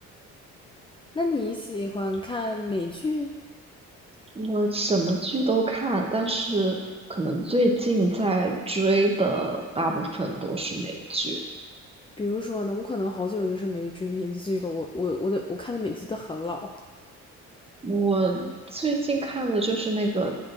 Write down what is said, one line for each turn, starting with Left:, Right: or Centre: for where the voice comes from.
Left: <laughs> 那你喜欢看美剧？
Right: 我什么剧都看，但是可能最近在追的大部分都是美剧。
Left: 比如说呢，我可能好久就是没追美剧了，我我我的我看的美剧都很老
Right: 我最近看的就是那个